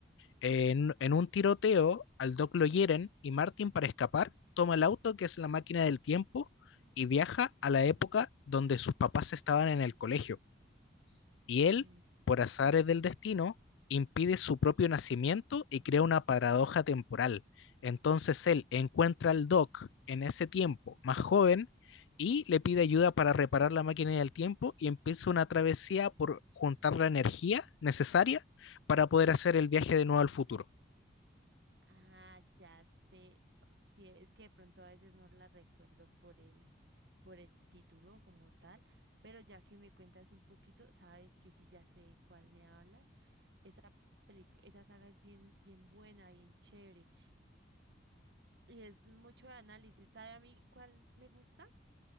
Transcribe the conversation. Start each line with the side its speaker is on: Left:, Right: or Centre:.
Left: En, en un tiroteo, al Doc lo hieren y Martin, para escapar, toma el auto, que es la máquina del tiempo, y viaja a la época donde sus papás estaban en el colegio y él,
Right: Eh,
Left: por azares
Right: No,
Left: del destino, impide su propio nacimiento y crea una paradoja temporal. Entonces él encuentra al Doc en ese tiempo más joven y le pide ayuda para reparar la máquina del tiempo y empieza una travesía por juntar la energía necesaria para poder hacer el viaje de nuevo al futuro.
Right: Ah, ya sé. Sí, es que de pronto a veces no la recuerdo por el, por el título como tal, pero ya que me cuentas un poquito, sabes que sí ya sé de cuál me hablas. Esa pelic- esa saga es bien, bien buena, bien chévere. Y es mucho de análisis. ¿Sabe a mí cuál me gusta?